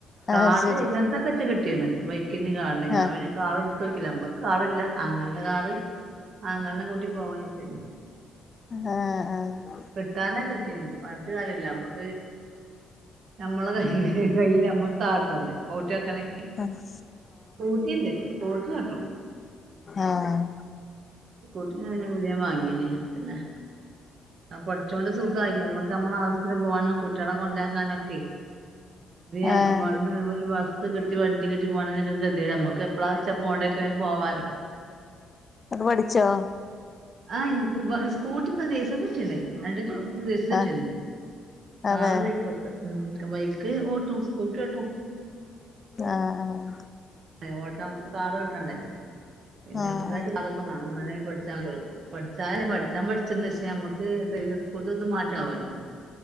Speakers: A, on the right; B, on the left.
A: കാറിന്
B: ആഹ് ശരി
A: ലൈസൻസസ്ക്കെച്ച് കിട്ടിയണ് ബൈക്കിന് കാർനിം ഞാൻ
B: ആഹ്
A: പിന്നെ കാർ എടുതോക്കില്ല നമ്മക്ക് കാറി ല്ല ആങ്ങളുടെ കാർ ആങ്ങളുടെ കൂട്ടി പോവാൻ വെച്ചാല്
B: ആഹ് ആഹ
A: കിട്ടാനെ കിട്ടീന്ന് പറഞ്ഞിട്ട് കാര്യല്ല നമ്മുക്ക് നമ്മളെ കൈ കയ്യിൽ നമ്മുക്ക് കാർട്ടണ്ടേ ഒട്ടിയോക്കാണെങ്കിൽ വെക്കണമെങ്കിൽ
B: ആഹ്
A: സ്കൂട്ടി ഉണ്ട് സ്കൂട്ടി ഓട്ടും
B: ആഹ്
A: സ്കൂട്ടി പിന്നെ ഞാൻ പുതിയത് വാങ്ങിയിരുന്നു പിന്നെ ആ പടിച്ചച്ചോണ്ട് സുഗായി നമ്മക്ക് നമ്മള ആവശ്യത്തിന് പോവാനും കുട്ടികളെ കൊണ്ടാക്കാനൊക്കെ ഈഅങ്കമ്പാ
B: ആഹ് ആഹ് അതെ ആഹ്
A: ടീമ്പ് ഒരു വ കിട്ടി വണ്ടിട്ടി പോണെതില്ല നമുക്ക് എപ്പോഴാ പോവേണ്ട് വച്ചാ പോ വാലോ
B: നിങ്ങള് പഠിച്ചോ
A: ആഹ സ്കൂട്ടിണ്ടോ ലൈസൻസ് കിട്ടീക്ക്ണ് രണ്ട് <unintelligible>
B: ആഹ്
A: കാർ
B: ആഹ്
A: ബൈക്കൊക്കെ ഉം ബൈക്ക് ഓട്ടും സ്കൂട്ടി ഓട്ടും
B: ആഹ
A: ഏ ഓട്ടം കാറ് കിട്ടണ്ടേ പിന്നെ
B: ആഹ്
A: നമുക്കായിട്ട് അതൊക്കെമാണം പഠിച്ചാനെളുപ്പം പഠിച്ചാലല്ലേ പഠിച്ചാൻ പഠിച്ചന്ന് പക്ഷേ നമ്മുക്ക് ഡ്രൈവിംഗ് സ്കൂൾതും ഇതും മാറ്റാവല്ലോ